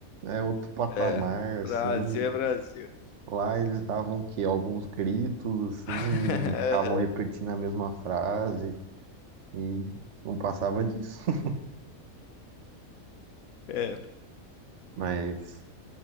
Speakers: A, on the right (about 60°); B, on the left (about 80°).
A: é outro patamar,
B: É, Brasil
A: assim.
B: é Brasil.
A: Lá eles davam o quê? Alguns gritos, assim,
B: <laughs>
A: ficavam repetindo a mesma frase e não passava disso. <laughs>
B: É,
A: Mas,